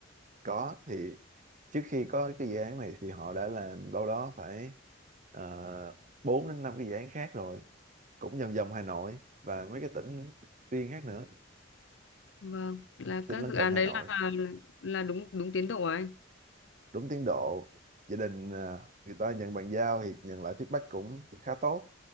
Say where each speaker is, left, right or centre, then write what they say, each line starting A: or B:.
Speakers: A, on the right; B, on the left.
A: Có thì trước khi có cái dự án này thì họ đã làm đâu đó phải uh, 4 đến 5 cái dự án khác rồi, cũng vòng vòng Hà Nội và mấy cái tỉnh riêng khác nữa,
B: Vâng, là
A: tỉnh
B: các
A: lân
B: dự
A: cận
B: án
A: Hà
B: đấy
A: Nội.
B: là là đúng đúng tiến độ à anh?
A: đúng tiến độ gia đình à, người ta nhận bàn giao thì nhận lại feedback cũng khá tốt